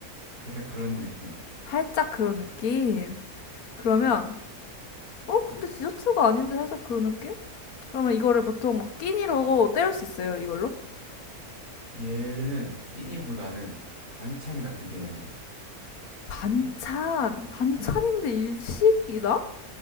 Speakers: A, on the right; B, on the left.
A: 살짝 그런 느낌.
B: 살짝 그런 느낌. 그러면 어, 근데 디저트가 아닌데 살짝 그런 느낌? 그러면 이거를 보통 막 끼니로 때울 수 있어요, 이걸로.
A: 얘는 끼니보다는 반찬 같은 개념이에요.
B: 반찬, 반찬인데 일식이다?